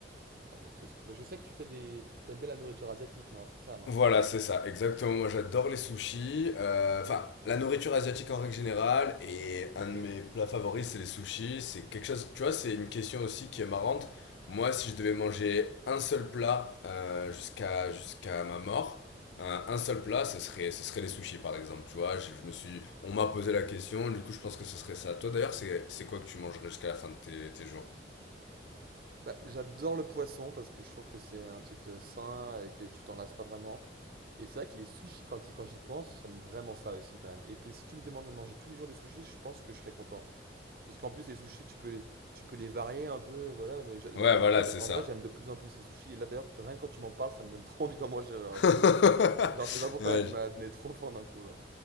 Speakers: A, on the right; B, on the left.
A: voilà, qu'est-ce que- Je sais que tu fais des... T'aimes bien la nourriture asiatique, non? C'est ça, non?
B: Voilà, c'est ça, exactement. Moi, j'adore les sushis. euh, Enfin, la nourriture asiatique en règle générale. Et
A: Ok.
B: un de mes plats favoris, c'est les sushis. C'est quelque chose, tu vois, c'est une question aussi qui est marrante. Moi, si je devais manger un seul plat euh, jusqu'à jusqu'à ma mort, un, un seul plat, ce serait, ce serait les sushis, par exemple. Tu vois, je, je me suis, on m'a posé la question. Du coup, je pense que ce serait ça. Toi, d'ailleurs, c'est, c'est quoi que tu mangerais jusqu'à la fin de tes, tes jours?
A: Bah, j'adore le poisson parce que je trouve que c'est un truc euh, sain et que tu t'en lasses pas vraiment. Et c'est vrai que les sushis, quand, y- quand j'y pense, j'aime vraiment ça aussi quand même. Et puis si tu me demandes de manger tous les jours des sushis, je pense que je serais content. Parce qu'en plus, les sushis, tu peux les, tu peux les varier un peu. Voilà, mais j'a- j'a-
B: Ouais,
A: en
B: voilà,
A: vrai, j'a-
B: c'est
A: en
B: ça.
A: vrai, j'aime de plus en plus les sushis. Et là, d'ailleurs, rien que quand tu m'en parles, ça me donne <laughs> trop envie d'en manger. Genre,
B: <laughs>
A: j'ai- genre, je sais pas pourquoi,
B: Ouais,
A: là, tu m'as donné trop faim d'un coup, là.